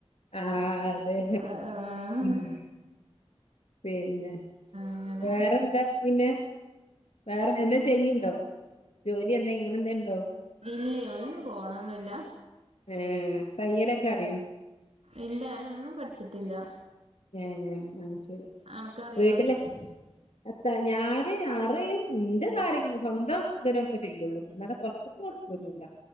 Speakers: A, on the left; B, on the right.
A: ആഹ് അതെ
B: ഏഹ്
A: ഉം പിന്നെ
B: അങ്ങനെ
A: വേറെന്താ പിന്നെ വേറെ എ എന്താ ചെയ്യുണ്ടോ ജോലി എന്താ ഇങ്ങനെ എന്തേ ഇണ്ടോ
B: ഇല്ലേയ് ഒന്നിനും പോണൊന്നൂല്ല
A: ഏഹ് തയ്യലൊക്കെ അറിയോ
B: ഇല്ല ഞാനൊന്നും പഠിച്ചിട്ടില്ല
A: ഏഹ് ഏഹ് അത് ശെരി
B: അനക്കറിയോ
A: വീട്ടില് <unintelligible> ഞാന് അറിയും. ഇന്റെ കാര്യങ്ങള് സ്വന്തം <unintelligible> ഒക്കെ ചെയ്യുള്ളൂ അല്ലാതെ പൊറത്തുന്ന് കൊടുക്കലില്ല